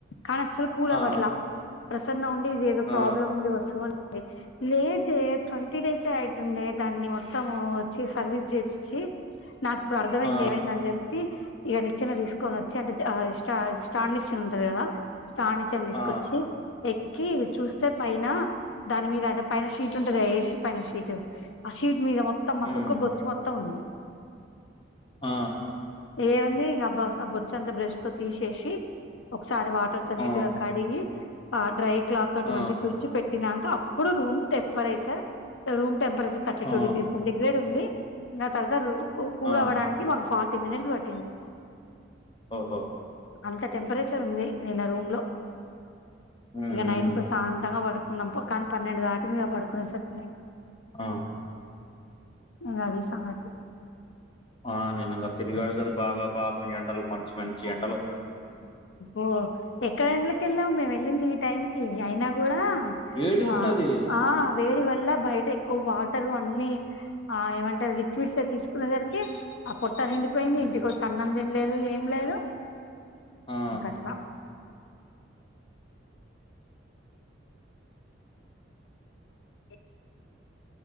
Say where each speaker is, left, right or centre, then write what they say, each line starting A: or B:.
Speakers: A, on the left; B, on the left.
A: కానీ అసలు కూల్ అవ్వట్లే
B: ఆ!
A: ప్రసన్న ఇది ఏదో
B: ఆ!
A: ప్రాబ్లం ఉంది వస్తువు అండి లేదు అయితే ట్వంటీ డేస్ అయితుండే దాన్ని మొత్తం వచ్చి సర్వీస్ చేపిచ్చి నాకు ఇప్పుడు అర్థమైంది
B: ఆ!
A: ఏమైంద అని చెప్పి ఈగ నిచ్చెన తీసుకొని వచ్చి అంటే స్టాండ్ ఇచ్చి ఉంటది కదా స్టాండు నిచ్చెన తీసుకొచ్చి
B: ఆ!
A: ఎక్కి చూస్తే పైన దాని మీద అంటే పైన షీట్ ఉంటుంది ఏసీ పైన సషీట్ ఆ సషీట్ మీద మొత్తం మా
B: హ్మ్.
A: కుక్క బొచ్చు మొత్తం ఉంది
B: ఆ
A: ఏముంది ఇంక అబ్బా బొచ్చు మొత్తం బ్రష్ తో తీసేసి ఒక్కసారి వాటర్ తో
B: ఆ!
A: నీట్ గా కడిగి ఆ డ్రై క్లాత్ తోటి
B: ఆ!
A: మంచి గా తుడిచి పెట్టి తినాక అప్పుడు room temperature room temperature thirty
B: ఆ!
A: టూ డిగ్రీ సెంటిగ్రేడ్ ఉంది ఇంకా తర్వాత రూమ్ కూల్
B: ఆ!
A: అవ్వడానికి మాకు ఫార్టీ మినిట్స్ పట్టింది
B: ఓహ
A: అంత టెంపరేచర్ ఉంది నిన్న రూమ్ లో
B: హ్మ్.
A: ఇంకా నైట్
B: హ్మ్.
A: ప్రశాంతంగా పడుకున్న మనం మొఖం పన్నెండు దాటిందిగా పడుకునే సరికి
B: ఆ
A: ఇగ అది సంగతి
B: ఆ నేను ఇంకా తిరిగాడు కదా బాగా పాపం ఎండలు మంచి మంచి ఎండలు
A: ఓ ఎక్కడిదాంట్లకు వెళ్ళాము మేము వెళ్ళింది ఈ టైంకిి అయినా కూడా
B: వేడి ఉంటది.
A: ఆ ఆ వే వేడి వల్ల బయట ఎక్కువ వాటర్ అన్ని ఆ ఏమంటారు లిక్విడ్స్ తీసుకునేసరికి అంతానిండిపోయింది
B: హ్మ్.
A: ఇంటికి వచ్చి అన్నం తినలేదు ఏం లేదు
B: ఆ!
A: ఇంకా అట్ల ఎయిట్